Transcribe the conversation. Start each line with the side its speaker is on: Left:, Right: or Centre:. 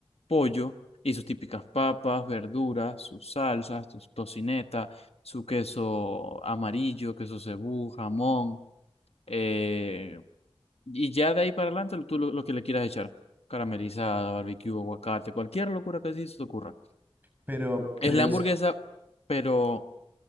Left: pollo y sus típicas papas, verduras, sus salsas, sus tocineta, su queso amarillo, queso cebú, jamón. eh, y ya de ahí para adelante tú lo, lo que le quieras echar. Caramelizada, barbecue, aguacate, cualquier locura que así se te ocurra.
Right: Pero,
Left: Es
Right: pero,
Left: la
Right: es-
Left: hamburguesa, pero